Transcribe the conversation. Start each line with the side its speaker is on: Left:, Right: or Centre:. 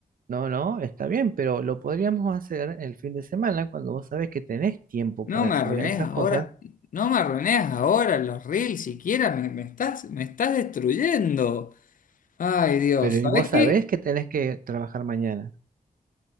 Right: No, no, está bien, pero lo podríamos hacer el fin de semana cuando vos sabés que tenés tiempo
Left: No
Right: para
Left: me arruines
Right: mirar esas
Left: ahora,
Right: cosas,
Left: no me arruines ahora los reels siquiera, me, me estás, me estás destruyendo. Ay, Dios,
Right: pero y
Left: ¿sabes
Right: vos sabés
Left: qué?
Right: que tenés que trabajar mañana.